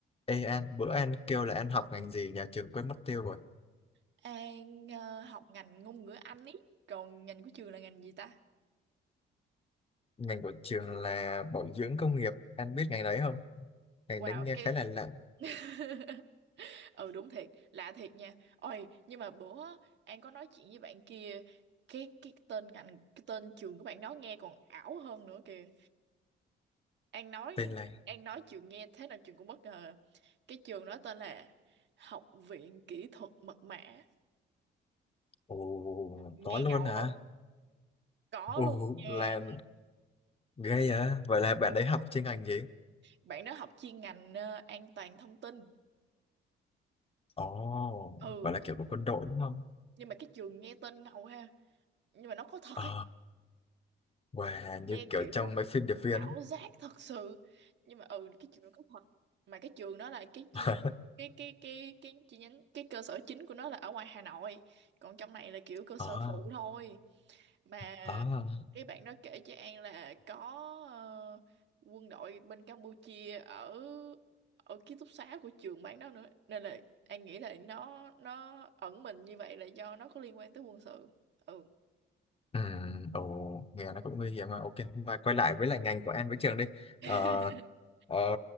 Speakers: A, on the left (about 30°); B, on the right (about 65°).
A: Ê An, bữa An kêu là An học ngành gì nhà trường quên mất tiêu rồi.
B: An ờ, học ngành ngôn ngữ Anh ý Còn ngành của trường là ngành gì ta
A: Ngành của trường là bảo dưỡng công nghiệp. An biết ngành đấy không? Ngành
B: Wow
A: đấy nghe
B: cái
A: khá là lạ.
B: <laughs> Ừ đúng thiệt Lạ thiệt nha Ôi nhưng mà bữa á, An có nói chuyện với bạn kia Cái cái tên ngành Cái tên trường của bạn đó nghe còn ảo hơn nữa kìa An nói
A: Tên là...
B: An nói trường nghe thế nào trường cũng bất ngờ Cái trường đó tên là Học viện Kỹ thuật Mật mã
A: Ồ,
B: Nghe
A: có luôn
B: ngầu
A: hả?
B: không Có
A: Ồ,
B: luôn nha
A: là ghê à? Vậy là bạn
B: Ừ.
A: đấy học chuyên ngành gì?
B: bạn đó học chuyên ngành ờ, an toàn thông tin
A: Ồ,
B: ừ
A: vậy là kiểu của quân đội đúng không?
B: nhưng mà cái trường nghe tên ngầu ha nhưng mà nó có thật
A: Ờ,
B: ấy
A: wow, như
B: nghe
A: kiểu
B: kiểu
A: trong mấy phim điệp viên.
B: ảo
A: ấy.
B: giác thật sự nhưng mà ừ cái trường nó có thật mà cái trường đó là cái
A: <laughs>
B: chi nhánh cái cái cái cái chi nhánh cái cơ sở chính của nó là ở ngoài Hà Nội còn trong này là kiểu cơ
A: Ờ,
B: sở phụ thôi mà
A: ờ.
B: cái bạn đó kể cho An là có ờ, quân đội bên Campuchia ở ở ký túc xá của trường bán đó nữa nên là An nghĩ là nó nó ẩn mình như vậy là do nó có liên quan tới quân sự ừ
A: Ừ, ồ, nghe nó cũng nguy hiểm mà. Ok, mà quay lại với lại ngành của em với trường đi.
B: <laughs>
A: Ờ, ờ,